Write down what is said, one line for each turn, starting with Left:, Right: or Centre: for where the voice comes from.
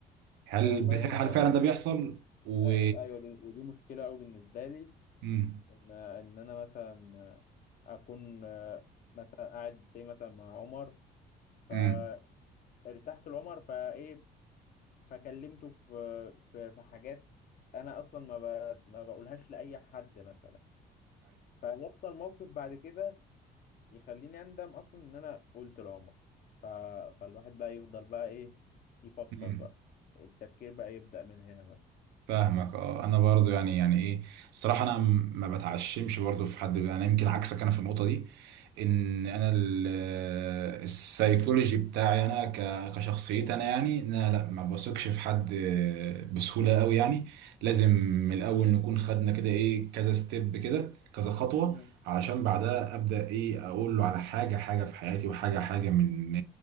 Right: هل
Left: والله هو
Right: هل فعلا ده بيحصل و
Left: آه، ايوه دي ودي مشكله قوي بالنسبه لي
Right: مم.
Left: ان ان انا مثلا اكون آه، مثلا قاعد زي مثلا مع عمر فارتحت
Right: مم.
Left: لعمر فايه فكلمته في في في حاجات انا اصلا ما ب... ما بقولهاش لاي حد مثلا فيحصل موقف بعد كده يخليني اندم اصلا ان انا قلت لعمر ف... فالواحد بقى يفضل بقى ايه يفكر
Right: ايوه
Left: بقى التفكير بقى يبدأ من هنا مثلا
Right: فاهمك اه انا برضو يعني يعني ايه الصراحه انا م- ما بتعشمش برضو في حد انا يمكن عكسك انا في النقطه دي ان انا
Left: مم.
Right: ال- السايكولوجي بتاعي انا ك- كشخصيتي انا يعني ان انا لا ما بثقش في حد بسهوله قوي يعني لازم من الاول نكون خدنا كده ايه كذا ستيب كده كذا خطوه
Left: مم.
Right: علشان بعدها ابدا ايه اقول له على حاجه حاجه في حياتي وحاجه حاجه من